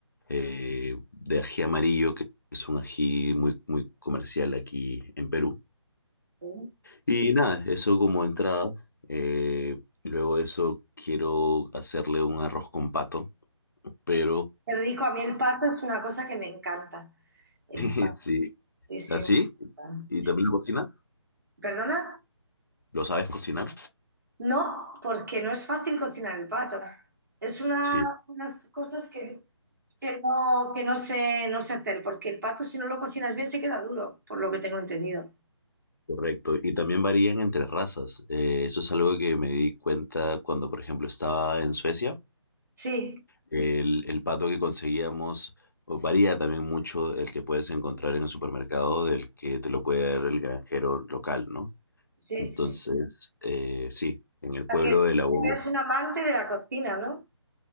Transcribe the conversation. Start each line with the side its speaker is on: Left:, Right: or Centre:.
Left: eh, de ají amarillo, que es un ají muy, muy comercial aquí en Perú.
Right: Qué
Left: Y nada, eso como entrada. eh, luego de eso quiero hacerle un arroz con pato Pero
Right: rico. A mí el pato es una cosa que me encanta. El
Left: <laughs>
Right: pato,
Left: sí,
Right: sí, sí.
Left: así.
Right: me encanta.
Left: ¿Y
Right: Sí.
Left: también lo cocinas?
Right: ¿Perdona?
Left: ¿Lo sabes cocinar?
Right: No, porque no es fácil cocinar el pato. Es una,
Left: Sí,
Right: unas cosas que, que no, que no sé, no sé hacer, porque el pato si no lo cocinas bien se queda duro, por lo que tengo entendido.
Left: correcto. Y también varían entre razas. Eh, eso es algo que me di cuenta cuando, por ejemplo, estaba en Suecia.
Right: Sí,
Left: El, el pato que conseguíamos o varía también mucho el que puedes encontrar en el supermercado del que te lo puede dar el granjero local, ¿no?
Right: sí,
Left: Entonces,
Right: sí. sí.
Left: eh, sí, en el
Right: O sea,
Left: pueblo
Right: que
Left: del abuelo
Right: eres un amante de la cocina, ¿no?